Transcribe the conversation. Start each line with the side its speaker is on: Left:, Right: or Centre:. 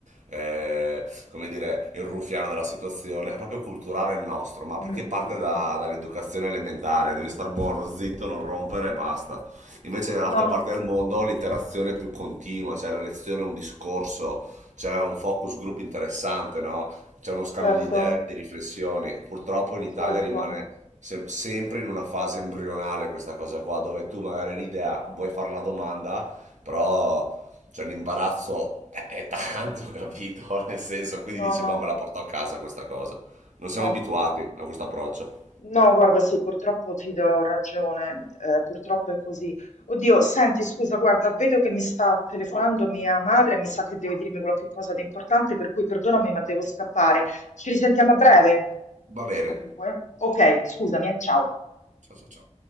Right: eh, come dire, il ruffiano della situazione, è proprio culturale il nostro, ma
Left: Mm,
Right: perché parte
Left: mm,
Right: da-
Left: mm.
Right: dall'educazione elementare, devi star buono, zitto, non rompere e basta. Invece nell'altra
Left: No,
Right: parte del mondo l'interazione è più continua, c'è la lezione, un discorso, c'è un focus group interessante, no? C'è uno scambio
Left: certo,
Right: di idee, di riflessioni. Purtroppo in Italia
Left: certo.
Right: rimane se- sempre in una fase embrionale questa cosa qua, dove tu magari hai un'idea, vuoi fare la domanda, però cioè l'imbarazzo è, è tanto, <laughs> capito? Nel senso, quindi
Left: No,
Right: dici,
Left: no,
Right: boh, me la porto a casa questa cosa. Non
Left: certo.
Right: siamo abituati a questo approccio.
Left: No, guarda, sì, purtroppo ti do ragione, eh, purtroppo è così. Oddio, senti, scusa, guarda, vedo che mi sta telefonando mia madre, mi sa che deve dirmi qualche cosa di importante, per cui perdonami, ma devo scappare. Ci risentiamo a breve.
Right: Va bene.
Left: Comunque, ok, scusami, eh, ciao.
Right: Ciao ciao ciao.